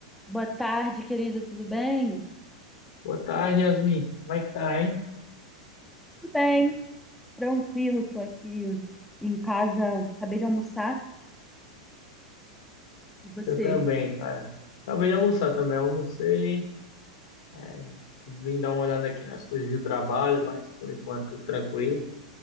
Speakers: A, in the centre; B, on the left.
A: Boa tarde, querido, tudo bem?
B: Boa tarde, Yasmin. Como é que tá, hein?
A: Tudo bem, tranquilo, tô aqui em casa, acabei de almoçar. E você?
B: Eu também, cara. Acabei de almoçar também, almocei. é, vim dar uma olhada aqui nas coisas do trabalho, mas por enquanto tranquilo.